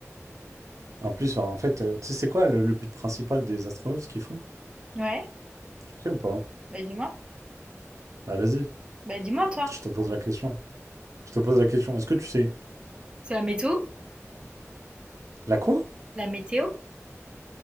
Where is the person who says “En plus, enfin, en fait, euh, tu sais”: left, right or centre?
Right